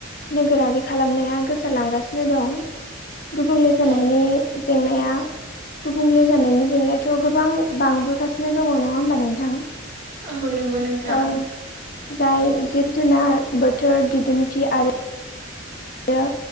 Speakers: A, on the left; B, on the right.
A: नोगोरारि खालामनाया गोसारलांगासिनो दं गुबुंले जानायनि
B: औ
A: जेंनाया गुबुंले जानायनि जेंनायाथ' गोबां बांबोगासिनो दङ नङा होमबा नोंथां
B: औ नंगौ नोंथां
A: ओ जाय जिब जुनार बोथोर दिदोमथि आरो आरो